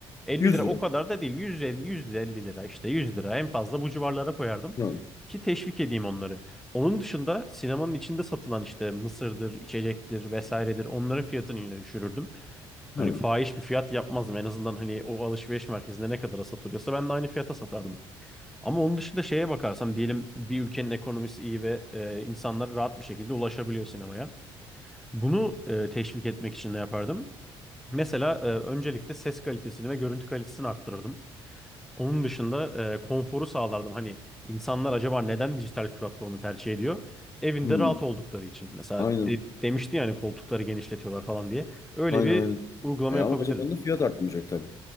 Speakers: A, in the centre; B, on the left.
A: 50
B: yüz
A: lira
B: lira.
A: o kadar da değil. 150, 150 lira işte 100 lira en fazla bu civarlara koyardım.
B: Ha.
A: Ki teşvik edeyim onları. Onun dışında sinemanın içinde satılan işte mısırdır, içecektir vesairedir onların fiyatını yine düşürürdüm. Hani
B: Ha.
A: fahiş bir fiyat yapmazdım. En azından hani o alışveriş merkezinde ne kadara satılıyorsa ben de aynı fiyata satardım. Ama onun dışında şeye bakarsam diyelim bir ülkenin ekonomisi iyi ve e, insanlar rahat bir şekilde ulaşabiliyor sinemaya. Bunu e, teşvik etmek için ne yapardım? Mesela e, öncelikle ses kalitesini ve görüntü kalitesini arttırırdım. Onun dışında e, konforu sağlardım. Hani insanlar acaba neden dijital platformu tercih ediyor? Evinde
B: Hı.
A: rahat oldukları için. Mesela
B: Aynen.
A: de- demişti yani koltukları genişletiyorlar falan diye. Öyle
B: Aynen
A: bir
B: aynen.
A: uygulama
B: E
A: yapabilirim.
B: ama o zaman da fiyat artmayacak tabii.